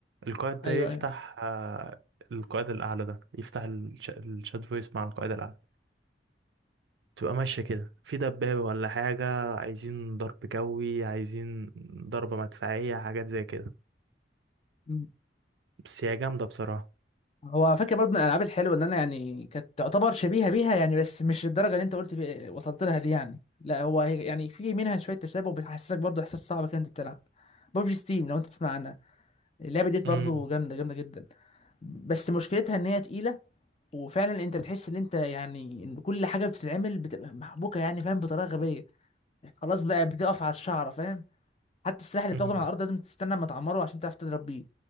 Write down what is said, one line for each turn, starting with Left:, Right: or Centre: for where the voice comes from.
Right: القائد ده
Left: ايوه
Right: يفتح
Left: ايوه
Right: آه، القائد الأعلى ده يفتح الش- الشات فويس مع القائد الأعلى تبقى ماشية كده في دبابة ولا حاجة عايزين ضرب جوي عايزين ضربة مدفعية حاجات زي كده
Left: امم
Right: بس هي جامدة بصراحة
Left: هو على فكره برضه من الالعاب الحلوه ان انا يعني كانت تعتبر شبيهه بيها يعني بس مش الدرجه اللي انت قلت في وصلت لها دي يعني لا هو هي يعني في منها شويه تشابه وبتحسسك برضه احساس صعب كده انت بتلعب ببجي ستيم لو انت تسمع عنها اللعبه ديت
Right: امم
Left: برضه جامده جامده جدا بس مشكلتها ان هي تقيله وفعلا انت بتحس ان انت يعني ان كل حاجه بتتعمل بتبقى محبوكه يعني فاهم بطريقه غبيه خلاص بقى بتقف على الشعره فاهم حتى السلاح اللي
Right: أمم.
Left: بتاخده من على الارض لازم تستنى اما تعمره عشان تعرف تضرب بيه